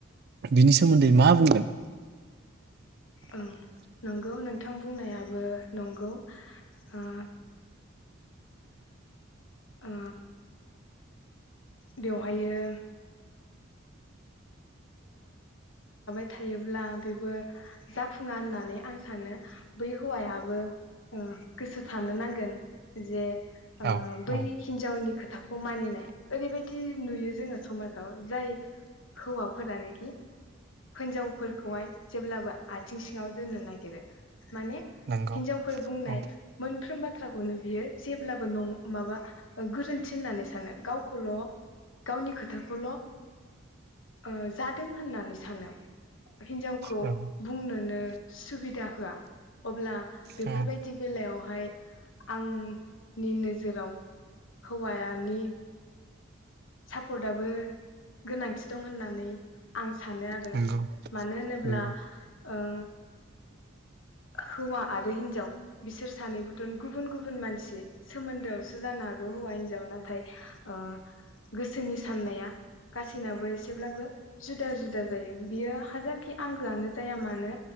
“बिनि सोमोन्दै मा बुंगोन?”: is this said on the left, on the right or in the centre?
Right